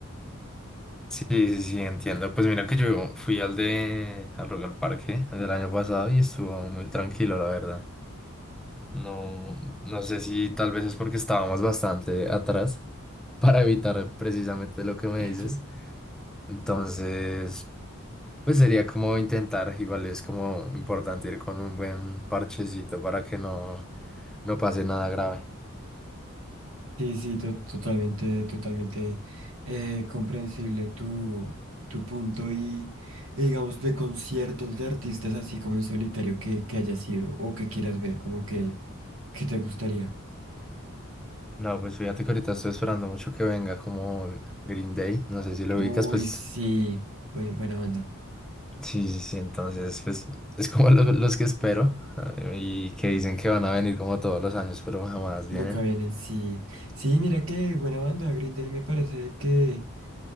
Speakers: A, in the centre; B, on the right.
A: Sí, sí, sí, entiendo. Pues mira que yo fui al de al Rock al Parque el año pasado y estuvo muy tranquilo, la verdad. No, no sé si tal vez es porque estábamos bastante atrás <laughs> para evitar precisamente lo que me
B: Eso.
A: dices. Entonces, pues sería como intentar, igual es como importante ir con un buen parchecito para que no, no pase nada grave.
B: Sí, sí, to- totalmente, totalmente eh, comprensible tu, tu punto y, y digamos de conciertos de artistas así como en solitario que, que hayas sido o que quieras ver, como que, que te gustaría.
A: No, pues fíjate que ahorita estoy esperando mucho que venga como Green Day. No sé si lo
B: Uy,
A: ubicas, pues
B: sí, buen- buena banda.
A: Sí, sí, sí, entonces pues es como los, los que espero ah, y que dicen que van a venir como todos los años, pero jamás vienen.
B: Nunca vienen, sí. Sí, mira que buena banda, Green Day me parece que...